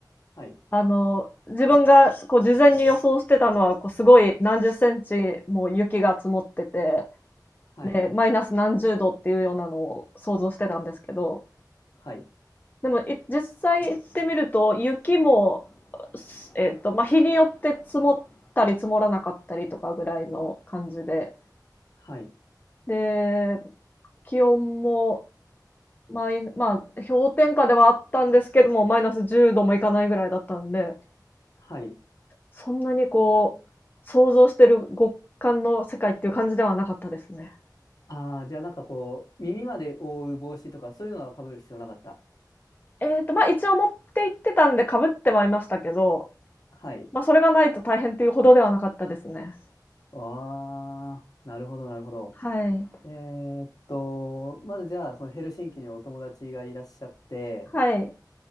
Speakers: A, on the left; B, on the left.
A: はい。
B: あの、自分がこう事前に予想してたのは、こうすごい何十センチも雪が積もってて、
A: はい。
B: で、マイナス何十度っていうようなのを想像してたんですけど、
A: はい。
B: でもい実際行ってみると、雪も、えっと、まあ、日によって積もったり積もらなかったりとかぐらいの感じで、
A: はい。
B: で、気温もマイ、まあ、氷点下ではあったんですけども、マイナス10度もいかないぐらいだったんで、
A: はい。
B: そんなにこう、想像してる極寒の世界っていう感じではなかったですね。
A: ああ、じゃあなんかこう、耳まで覆う帽子とかそういうのは被る必要なかった。
B: えっと、まあ、一応持って行ってたんで被ってはいましたけど、
A: はい。
B: まあ、それがないと大変っていうほどではなかったですね。
A: ああ、なるほど、なるほど。
B: はい。
A: えーっと、まずじゃあ、そのヘルシンキにお友達がいらっしゃって、
B: はい。